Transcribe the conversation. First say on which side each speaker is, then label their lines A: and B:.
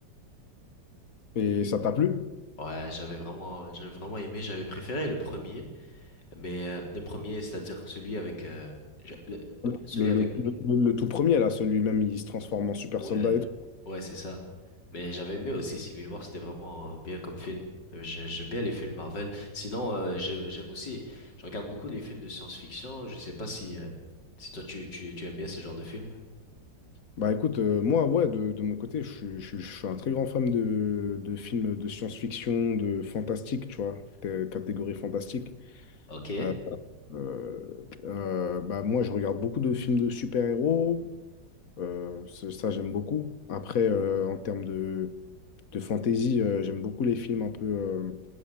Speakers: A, on the left (about 55°); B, on the left (about 70°).
A: Et ça t'a plu?
B: Ouais, j'avais vraiment, j'avais vraiment aimé, j'avais préféré le premier, mais euh, le premier, c'est-à-dire celui avec, euh, j'a- le-
A: Le,
B: le- celui
A: le,
B: avec,
A: le- le tout premier, là, celui-même, il se transforme en super
B: ouais,
A: soldat et tout.
B: ouais, c'est ça. Mais j'avais aimé aussi Civil War, c'était vraiment euh, bien comme film. Euh, j'ai- J'aime bien les films Marvel. Sinon, euh, j'ai- j'aime aussi, je regarde beaucoup les films de science-fiction. Je sais pas si, euh, si toi tu, tu, tu aimes bien ce genre de films.
A: Bah écoute, euh, moi, ouais, de, de mon côté, je, suis je suis- je suis un très grand fan de, de films de science-fiction, de fantastique, tu vois, t- catégorie fantastique.
B: Ok. Ouais,
A: Euh, euh, euh, bah moi, je regarde beaucoup de films de super-héros, euh, ça, ça, j'aime beaucoup. Après, euh, en termes de, de fantasy, euh, j'aime beaucoup les films un peu euh,